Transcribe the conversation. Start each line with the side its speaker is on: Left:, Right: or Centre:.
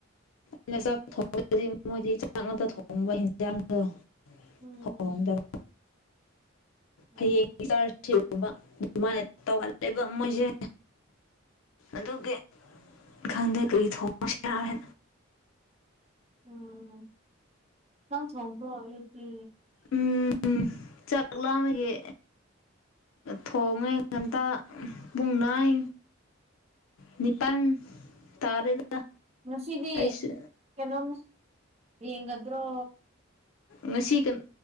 Left: ꯑꯩꯅ ꯆꯥꯛ ꯊꯣꯡꯗꯗꯤ ꯃꯣꯏꯗꯤ ꯆꯥꯛ ꯉꯥꯛꯇ ꯊꯣꯡꯕ ꯍꯤꯟꯖꯥꯡꯗꯣ
Right: ꯎꯝ
Left: ꯍꯣꯡꯣꯗꯕ <unintelligible>
Right: ꯎꯝ
Left: ꯍꯌꯦꯡꯒꯤ ꯆꯥꯔꯖꯨꯕ ꯑꯗꯨꯃꯥꯏꯅ ꯇꯧꯍꯜꯂꯦꯕ ꯃꯣꯏꯁꯦ ꯑꯗꯨꯒꯤ ꯈꯪꯗ ꯀꯔꯤ ꯊꯣꯡꯁꯤꯔꯦꯅ
Right: ꯎꯝ ꯅꯪ ꯊꯣꯡꯕꯣ ꯑꯌꯨꯛꯗꯤ
Left: ꯎꯝ ꯆꯥꯛ ꯂꯥꯝꯕꯒꯤ ꯊꯣꯡꯉꯦ ꯉꯟꯇ ꯄꯨꯡ ꯅꯥꯏ ꯅꯤꯄꯥꯟ ꯇꯥꯔꯦꯗ
Right: ꯉꯁꯤꯗꯤ
Left: ꯑꯩꯁꯨ
Right: ꯀꯩꯅꯣꯝ ꯌꯦꯡꯒꯗ꯭ꯔꯣ
Left: ꯉꯁꯤ ꯀꯟ